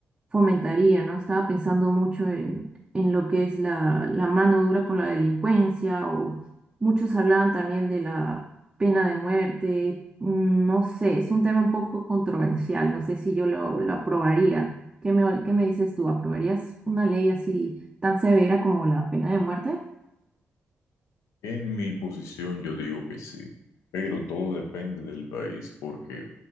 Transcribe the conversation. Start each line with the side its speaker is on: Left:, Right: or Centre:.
Right: fomentaría, ¿no? Estaba pensando mucho en, en lo que es la, la mano dura con la delincuencia, o muchos hablaban también de la pena de muerte. Mm, No sé, es un tema un poco controversial, no sé si yo lo, lo aprobaría. ¿Qué me, qué me dices tú? ¿Aprobarías una ley así tan severa como la pena de muerte?
Left: En mi posición yo digo que sí, pero todo depende del país, porque